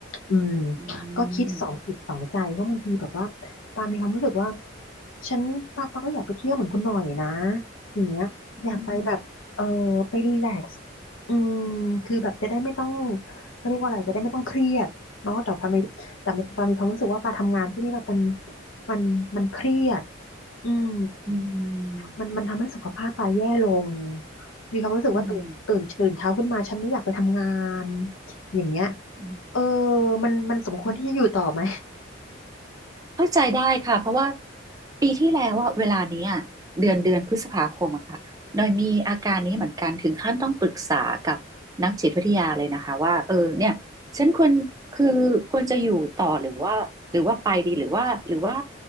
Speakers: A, on the left (about 85°); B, on the right (about 20°).
A: อืม
B: อื
A: ก็คิดสองจิตสองใจเพราะบางทีแบบว่า
B: ม
A: ปามีความรู้สึกว่าฉันปาปาก็อยากไปเที่ยวเหมือนคุณหน่อยนะอย่างเงี้ยอยากไปแบบเออไปรีแลกซ์
B: อืม
A: อืมคือแบบจะได้ไม่ต้องเขาเรียกว่าอะไรจะได้ไม่ต้องเครียดเนาะแต่ปามีแต่ปามีความรู้สึกว่าปาทำงานที่นี่เรามันมันมันเครียดอืม
B: อืม
A: มันมันทำให้สุขภาพปาแย่ลงมีความรู้สึกว่าตื่นตื่นตื่นเช้าขึ้นมาฉันไม่อยากไปทำงาน
B: อืม
A: อย่างเงี้ย
B: อืม
A: เออมันมันสมควรที่จะอยู่ต่อไหม
B: เข้าใจได้ค่ะเพราะว่าปีที่แล้วอะเวลานี้อะเดือนเดือนพฤษภาคมอะค่ะหน่อยมีอาการนี้เหมือนกันถึงขั้นต้องปรึกษากับนักจิตวิทยาเลยนะคะว่าเออเนี่ยฉันควรคือควรจะอยู่ต่อหรือว่าหรือว่าไปดีหรือว่าหรือว่า